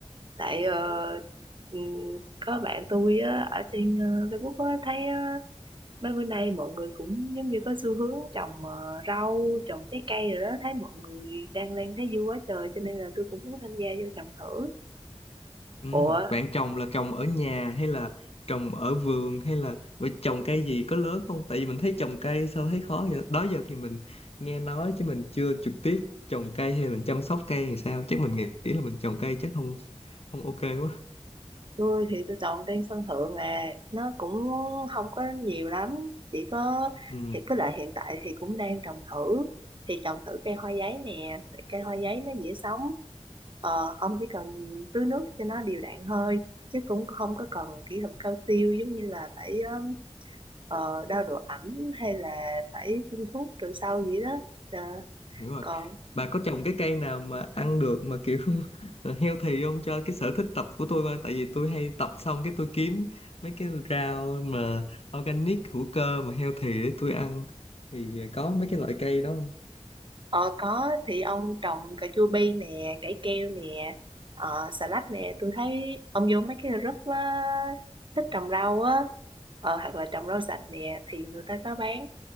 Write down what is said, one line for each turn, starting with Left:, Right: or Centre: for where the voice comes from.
Right: Tại ờ, ừ, có bạn tôi á, ở trên ờ, Facebook á, thấy ờ, mấy bữa nay mọi người cũng giống như có xu hướng trồng ờ, rau, trồng trái cây rồi đó. Thấy mọi người đang lên thấy vui quá trời cho nên là tôi cũng muốn tham gia vô trồng thử.
Left: Ừ,
Right: Ủa,
Left: bạn trồng là trồng ở nhà hay là trồng ở vườn hay là vậy trồng cây gì có lớn không? Tại vì mình thấy trồng cây sao thấy khó vậy? Đó giờ thì mình nghe nói chứ mình chưa trực tiếp trồng cây hay mình chăm sóc cây thì sao? Chắc mình nghĩ là mình trồng cây chắc không không ok quá.
Right: tôi thì tôi trồng trên sân thượng nè nó cũng không có nhiều lắm chỉ có
Left: Ừ.
Right: thì với lại hiện tại thì cũng đang trồng thử thì trồng thử cây hoa giấy nè tại cây hoa giấy nó dễ sống ờ, ông chỉ cần tưới nước cho nó đều đặn thôi chứ cũng không có cần kỹ thuật cao siêu giống như là phải um, ờ, đo độ ẩm hay là phải phun thuốc trừ sâu gì đó Ờ,
Left: hiểu rồi
Right: còn
Left: bà có trồng cái cây nào mà ăn được mà kiểu <laughs> healthy không cho cái sở thích tập của tôi coi tại vì tôi hay tập xong cái tôi kiếm mấy cái rau mà organic hữu cơ mà healthy để tôi ăn thì có mấy cái loại cây đó không
Right: Ờ có thì ông trồng cà chua bi nè, cải keo nè, ờ, xà lách nè, tôi thấy ông vô mấy cái group á, thích trồng rau á, ờ, hoặc là trồng rau sạch nè thì người ta có bán